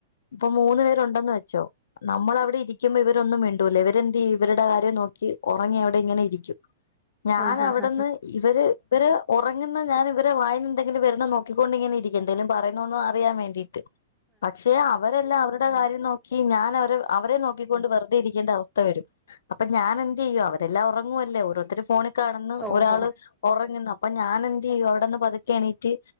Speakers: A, on the left (about 70°); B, in the centre.
A: ഇപ്പൊ മൂന്ന് പേരുണ്ടെന്ന് വെച്ചോ നമ്മള അവിടെ ഇരിക്കുമ്പോൾ ഇവരന്നും വണ്ടൂല്ല ഇവരെന്ത് യ്യും ഇവരുടെ കാര്യം നോക്കി ഉറങ്ങി അവിടെ ഇങ്ങനെ ഇരിക്കും ഞൻ
B: ആഹ്
A: അവിടെന്ന്
B: ആഹ്
A: ഇവര് ഇവര് ഉറങ്ങുന്ന ഞാൻ ഇവരെ വയിന്ന് എന്തെങ്കിലും വരുന്ന നോക്കിക്കൊണ്ടിങ്ങനെ ഇരിക്കും എന്തേലും പറ ന്നൊന്ന് അറിയാൻ വേണ്ടീട്ട് പക്ഷെ അവരെല്ലാം അവരുടെ കാര്യം നോക്കി ഞാൻ അവരെ അവരെ നോക്കിക്കൊണ്ട് വെറുതെ ഇരിക്കേണ്ട അവസ്ഥ സ്ഥ വരും അപ്പൊ ഞാൻ എന്ത് ചെയ്യും അവരെല്ലാം ഉറങ്ങുവല്ലേ ഓരോര്ത്തര് ഫോണിൽ കാണ്ന്ന്
B: ഓഹോ
A: ഒരാള് ഒറങ്ങ്ന്ന് അപ്പൊ ഞാൻ എന്ത് ചെയ്യും അവിടെന്ന് പതുക്കെ എണീട്ട്